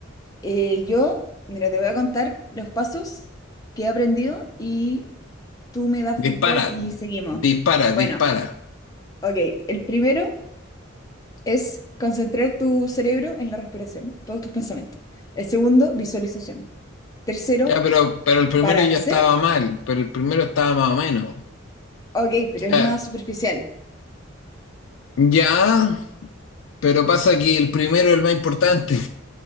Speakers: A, on the left; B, on the left.
A: eh, yo, mira, te voy a contar los pasos que he aprendido y tú me das feedback
B: Dispara,
A: y seguimos.
B: dispara,
A: Bueno.
B: dispara.
A: Ok, el primero es concentrar tu cerebro en la respiración, todos tus pensamientos. El segundo, visualización. Tercero,
B: Ya, pero, pero el primero
A: balance.
B: ya estaba mal, pero el primero estaba más o menos. O
A: Ok, pero
B: sea,
A: es más superficial.
B: ya, pero pasa que el primero es el más importante.